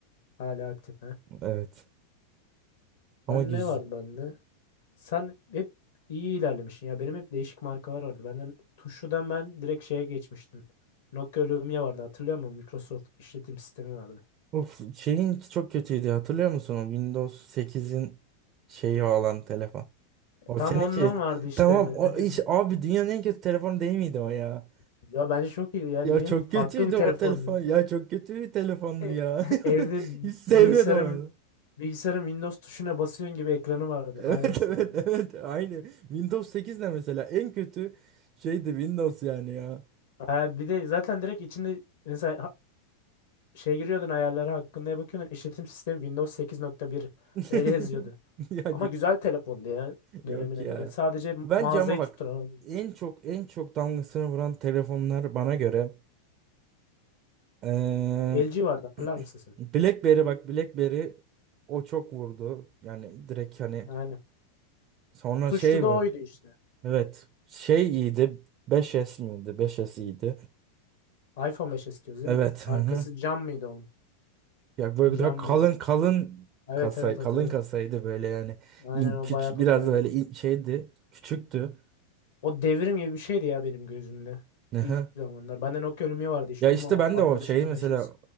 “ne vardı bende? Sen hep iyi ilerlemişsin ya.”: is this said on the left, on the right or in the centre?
Left